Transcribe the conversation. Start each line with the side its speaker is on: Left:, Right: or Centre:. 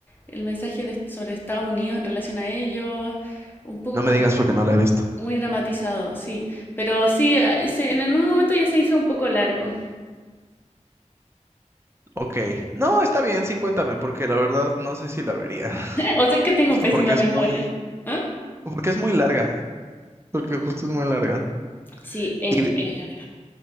Left: el mensaje de- sobre Estados Unidos en relación a ellos, un poco
Right: No
Left: como
Right: me digas porque no la he visto.
Left: muy dramatizado, sí. Pero sí, a- se- en en un momento ya se hizo un poco largo.
Right: Ok, no, está bien, sí, cuéntame, porque la verdad no sé si la vería. <laughs>
Left: O sea que tengo
Right: Justo
Left: pésima
Right: porque
Left: memoria.
Right: es muy,
Left: ¿Ah?
Right: porque es muy larga, porque justo es muy larga.
Left: Sí, es,
Right: Y,
Left: es larga.